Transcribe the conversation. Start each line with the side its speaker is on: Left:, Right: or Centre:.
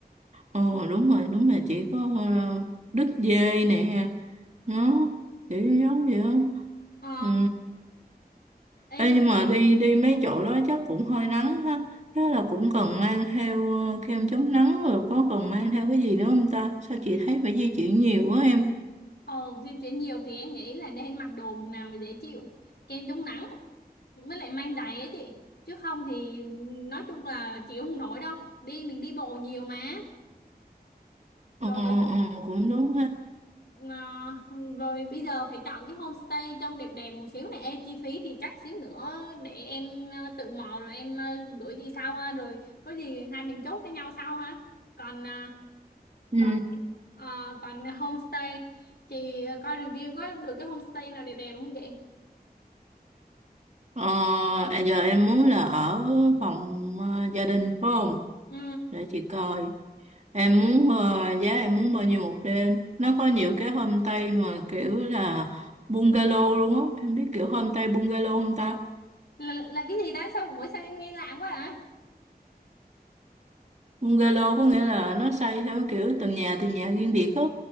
Right: Ờ đúng rồi đúng là chỉ có ờ, đứt dê nè nó kiểu giống vậy đó.
Left: ờ
Right: Ừ,
Left: Ê,
Right: Ê,
Left: nhưng
Right: nhưng mà đi đi mấy chỗ đó chắc cũng hơi nắng ha. Chắc là cũng cần mang theo ờ, kem chống nắng rồi có cần mang theo cái gì nữa không ta? Sao chị thấy phải di chuyển nhiều quá em?
Left: Ờ, di chuyển nhiều thì em nghĩ là nên mặc đồ nào mà dễ chịu, kem chống nắng, mới lại mang giày ấy chị. Chứ không thì nói chung là chịu không nổi đâu. Đi mình đi bộ nhiều mà.
Right: Ờ,
Left: Rồi
Right: ờ, ờ, cũng đúng ha.
Left: ờ, rồi bây giờ phải chọn cái homestay trông đẹp đẹp một xíu này. Ê, chi phí thì chắc xíu nữa để em ờ, tự mò rồi em ờ, gửi chị sau ha. Rồi có gì hai mình chốt với nhau sau ha. Còn ờ,
Right: Ừ.
Left: còn ờ, còn homestay chị coi review có được cái homestay nào đẹp đẹp không chị?
Right: Ờ, à, giờ em muốn là ở phòng ờ, gia đình phải không?
Left: Ừ.
Right: Để chị coi. Em muốn ờ, giá em muốn bao nhiêu một đêm? Nó có nhiều cái homestay mà kiểu là bungalow luôn á. Em biết kiểu homestay bungalow không ta?
Left: là là cái gì ta sao mỗi sao em nghe lạ quá à
Right: Bungalow có nghĩa là nó xây theo kiểu từng nhà từng nhà riêng biệt á.